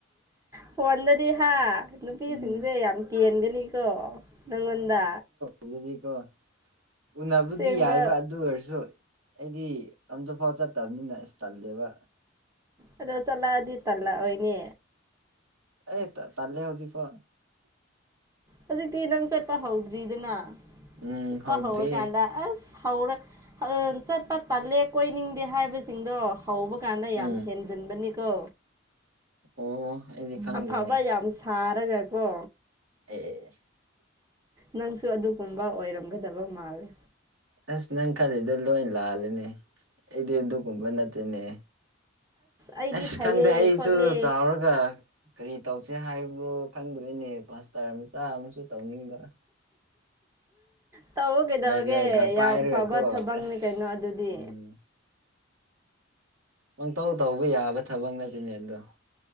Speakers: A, on the right; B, on the right.
A: ꯐꯣꯟꯗꯗꯤ ꯍꯥ ꯅꯨꯄꯤꯁꯤꯡꯁꯦ
B: ꯎꯝ
A: ꯌꯥꯝ ꯀꯦꯟꯒꯅꯤꯀꯣ ꯅꯪꯉꯣꯟꯗ
B: ꯑꯗꯨꯗꯤꯀꯣ ꯎꯅꯕꯗꯤ
A: ꯑꯁꯦꯡꯕ
B: ꯌꯥꯏꯕ ꯑꯗꯨ ꯑꯣꯏꯔꯁꯨ ꯑꯩꯗꯤ ꯑꯝꯇꯐꯥꯎ ꯆꯠꯇꯝꯅꯤꯅ ꯑꯁ ꯇꯜꯂꯦꯕ
A: ꯑꯗꯣ ꯆꯠꯂꯛꯑꯗꯤ ꯇꯜꯂꯛ ꯑꯣꯏꯅꯦ
B: ꯑꯦ ꯇꯥ ꯇꯜꯂꯦ ꯍꯧꯖꯤ ꯐꯣ
A: ꯍꯧꯖꯤꯛꯇꯤ ꯅꯪ ꯆꯠꯄ ꯍꯧꯗ꯭ꯔꯤꯗꯅ
B: ꯎꯝ
A: ꯆꯠꯄ
B: ꯍꯧꯗ꯭ꯔꯤ
A: ꯍꯧꯔꯀꯥꯟꯗ ꯑꯁ ꯍꯧꯔ ꯆꯠꯄ ꯇꯜꯂꯦ ꯀꯣꯏꯅꯤꯡꯗꯦ ꯍꯥꯏꯕꯁꯤꯡꯗꯣ ꯍꯧꯕ ꯀꯥꯟꯗ
B: ꯎꯝ
A: ꯌꯥꯝ ꯍꯦꯟꯖ ꯍꯖꯤꯟꯕꯅꯤꯀꯣ
B: ꯑꯣ ꯑꯩꯗꯤ ꯈꯪꯗꯦꯅꯦ
A: ꯑꯐꯕ ꯌꯥꯝ ꯁꯥꯔꯒ ꯀꯣ
B: ꯑꯦ
A: ꯅꯪꯁꯨ ꯑꯗꯨꯒꯨꯝꯕ ꯑꯣꯏꯔꯝꯒꯗꯕ ꯃꯥꯜꯂꯦ
B: ꯑꯁ ꯅꯪ ꯈꯜꯂꯤꯗꯣ ꯂꯣꯏ ꯂꯥꯂꯅꯦ ꯑꯩꯗꯤ ꯑꯗꯨꯒꯨꯝꯕ ꯅꯠꯇꯦꯅꯦ
A: ꯑꯩꯗꯤ
B: ꯑꯁ
A: ꯐꯩꯌꯦ
B: ꯈꯪꯗꯦ ꯑꯩꯁꯨ
A: ꯈꯣꯠꯂꯦ
B: ꯆꯥꯎꯔꯒ ꯀꯔꯤ ꯇꯧꯁꯦ ꯍꯥꯏꯕ꯭ꯔꯣ ꯈꯪꯗꯣꯏꯔꯤꯅꯦ ꯄꯥꯁꯇꯔ ꯃꯆꯥ ꯑꯃꯁꯨ ꯇꯧꯅꯤꯡꯕ
A: ꯇꯧꯋꫭ ꯀꯩꯗꯧꯔꯒꯦ
B: ꯕꯥꯏꯕꯦꯜꯒ ꯄꯥꯏꯔꯒꯀꯣ
A: ꯌꯥꯝ ꯐꯕ ꯊꯕꯛꯅꯤ
B: ꯑꯁ
A: ꯀꯩꯅꯣ ꯑꯗꯨꯗꯤ
B: ꯎꯝ ꯄꯪꯇꯧ ꯇꯧꯕ ꯌꯥꯕ ꯊꯕꯛ ꯅꯠꯇꯦꯅꯦ ꯑꯗꯣ